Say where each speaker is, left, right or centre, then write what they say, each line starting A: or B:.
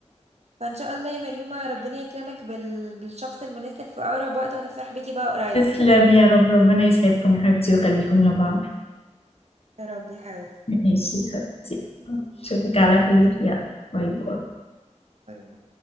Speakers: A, on the right; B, on the left.
A: فان شاء الله يا مريومة ربنا يكرمك بال... بالشخص المناسب في اقرب وقت ونفرح بيكي بقى قريب
B: تسلم يا رب ربنا يسعدكم يا حبيبتي ويخليكم لبعض
A: <laughs> يا رب يا حبيبتي
B: ماشي يا حبيبتي اشوفك
A: باي
B: على خير
A: باي
B: يلا باي باي
A: باي باي